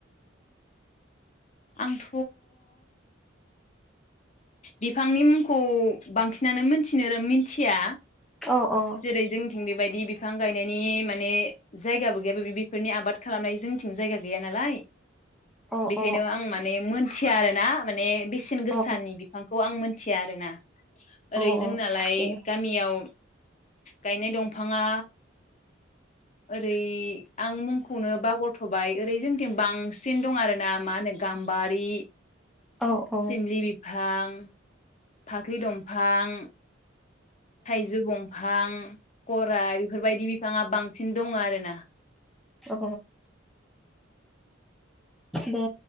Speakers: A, on the left (about 35°); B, in the centre.
A: आंथ बिफांनि मुंखौ बांसिनानो मोनथिनो र मिनथिया
B: अ अ
A: जेरै जोंथिं बेबायदि बिफां गायनायनि माने जायगाबो गैयाबो बेफोरनि आबाद खालामनाय जोंथिं जायगा गैया नालाय
B: अ
A: बेखायनो
B: अ
A: आं माने मोनथि या आरो ना माने। बेसेन गोसानि
B: अ
A: बिफांखौ आं मोन थिया आरोना।
B: अ
A: ओरै जोंनालाय
B: दे
A: गामियाव गायनाय दंफाङा ओरै आं मुंखौनो बागरथबाय ओरै जोंथिं बांसिन दं आरो ना मा होनो गाम्बारि।
B: औ औ
A: सिमलि बिफां। फाख्रि दंफां थाइजौ बंफां <unintelligible> गराय बेफोरबायदि बिफाङा बां बांसिन दं आरोना
B: अ दे